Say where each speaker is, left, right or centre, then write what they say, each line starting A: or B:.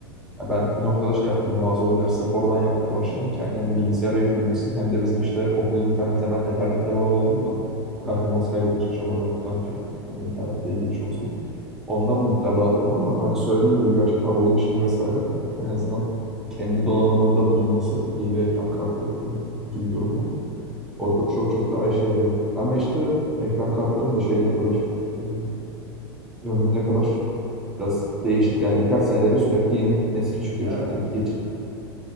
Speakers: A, in the centre; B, on the right.
A: Ya Ben bir noktada şey yaptım. Bazı oyunları sırf oradan yapmaya başladım ki yani hem bilgisayara yük binmesin hem de bizim işte okulun internetine ben Ethernet'le bağlı olduğumdan
B: Hı
A: performans
B: hı.
A: kaybı da hiç yaşamadığımdan ötürü e, internette ilgili çoğu zaman. Ondan bir miktar rahatladım ama hani söylediğim gibi gerçekten oyun işim vesaire e, en azından kendi donanımında bulunması iyi bir ekran kartı e, gibi durumlar. O da çok çok daha işe yarıyor. Ama işte ekran kartlarının da şeyi ne kadar e, ömrü ne kadar Biraz değişik yani. Birkaç senede bir sürekli yeni nesil çıkıyor
B: Evet.
A: çünkü. Yetiş.